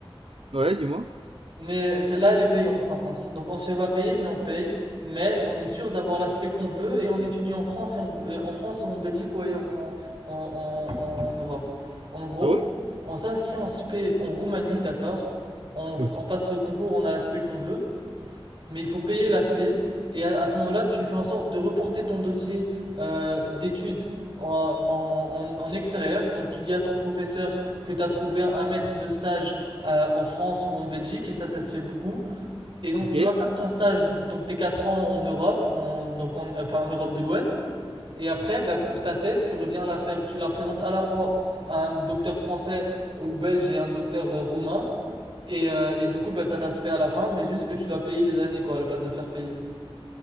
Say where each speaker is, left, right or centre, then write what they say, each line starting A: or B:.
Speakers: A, on the right (about 70°); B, on the right (about 55°).
A: Ouais, dis-moi.
B: mais celle-là, elle est payante par contre. Donc on se fait pas payer, mais on paye, mais on est sûr d'avoir l'aspect qu'on veut et on étudie en France et en, euh, en France ou en Belgique ou ailleurs en, en, en, en Europe. En gros,
A: Ah ouais?
B: on s'inscrit en Spé en Roumanie, d'accord? On, f-
A: Ok.
B: on passe le concours, on a l'aspect qu'on veut mais il faut payer l'aspect. Et à, à ce moment-là, tu fais en sorte de reporter ton dossier euh, d'études en, en, en- en extérieur. Donc tu dis à ton professeur que tu as trouvé un maître de stage euh, en France ou en Belgique, et ça, ça se fait beaucoup. Et donc
A: Ok,
B: tu vas faire ton stage, donc tes 4 ans en Europe, en, donc en- enfin en Europe de l'Ouest. Et après, bah, pour ta thèse, tu reviens la faire, tu la présentes à la fois à un docteur français ou belge et un docteur euh, roumain. Et, euh, et du coup, bah, t'as ta spé à la fin, mais juste que tu dois payer les années, quoi, à la place de te faire payer.